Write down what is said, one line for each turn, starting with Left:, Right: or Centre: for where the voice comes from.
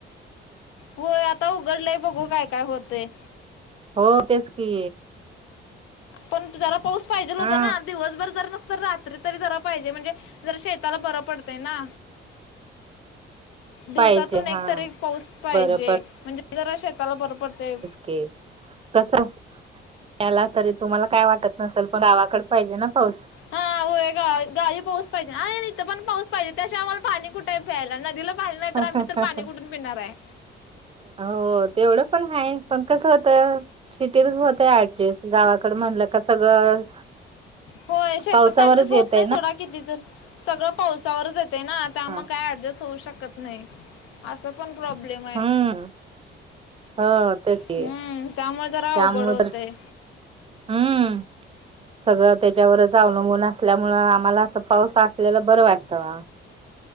Left: होय, आता उघडलंय बघू काय काय होते.
Right: हो, तेच की.
Left: पण जरा पाऊस पाहिजेल होता
Right: हा
Left: ना, दिवसभर जर नस तर रात्री तरी जरा पाहिजे म्हणजे, जरा शेताला बरं पडतंय ना. दिवसातून
Right: पाहिजे
Left: एकतरी
Right: हा
Left: पाऊस पाहिजे,
Right: बरं
Left: म्हणजे जरा शेताला जरा बर पडते.
Right: के कस याला तरी तुम्हाला काय वाटत नसेल, पण गावाकडं. पाहिजे ना पाऊस
Left: हा होय गा गावी पऊस पाहिजे आणि इथं पण पाऊस पाहिजे त्याशिवाय आम्हाला पाणी कुठे आहे प्यायला नदीला पाणी नाही तर
Right: हा
Left: आम्ही
Right: हा
Left: तर पाणी
Right: हा.
Left: कुठून पिणार आहे.
Right: हो तेवढं पण आहे पण कसं होतं सिटीत वर होत एडजेस गावाकडे म्हणलं का सगळं
Left: होय शेतात
Right: पावसावरच
Left: ऍडजस्ट होत
Right: येतय
Left: नाही
Right: ना
Left: सडा कितीचा सगळं पावसावरच येते ना त्या मग
Right: हा
Left: काय ऍडजस्ट होऊ शकत नाही असं पण प्रॉब्लेम आहे.
Right: हम्म हो तेच की
Left: हम्म त्यामुळे जरा
Right: त्यामुळे
Left: अवघड होतय.
Right: तर हम्म. सगळं त्याच्यावरच अवलंबून असल्यामुळं आम्हाला असं पाऊस असलेला बरं वाटतं वा.